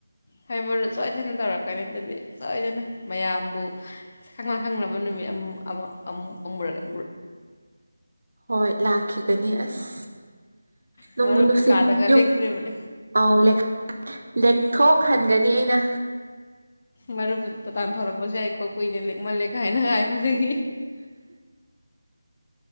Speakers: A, on the left (about 40°); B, on the right (about 70°).
A: ꯍꯣꯏ ꯃꯔꯨꯞ ꯁꯣꯏꯗꯅ ꯇꯧꯔꯛꯀꯅꯤ ꯑꯗꯨꯗꯤ ꯁꯣꯏꯗꯅ ꯃꯌꯥꯝꯕꯨ ꯁꯪꯅ ꯈꯪꯅꯕ ꯅꯨꯃꯤꯠ ꯑꯝ ꯑꯃ ꯑꯃꯨ ꯑꯃꯨꯔꯛꯀ
B: ꯍꯣꯏ ꯂꯥꯛꯈꯤꯒꯅꯤ ꯑꯁ ꯅꯣꯡꯕꯨ
A: ꯃꯔꯨꯞ
B: ꯅꯨꯡꯁꯤ
A: ꯀꯩꯀꯥꯗꯒ
B: ꯌꯨꯝ
A: ꯂꯦꯛꯇꯣꯔꯤꯕꯅꯤ
B: ꯑꯥꯎ ꯂꯦꯛꯊꯣꯛ ꯈꯟꯒꯅꯤ ꯑꯩꯅ
A: ꯃꯔ ꯇ ꯇꯥꯟ ꯊꯣꯔꯛꯄꯁꯨ ꯌꯥꯏꯀꯣ ꯀꯨꯏꯅ ꯂꯦꯛꯃꯂꯦꯛ ꯍꯥꯏꯥꯏꯅ ꯍꯥꯏꯕꯗꯒꯤ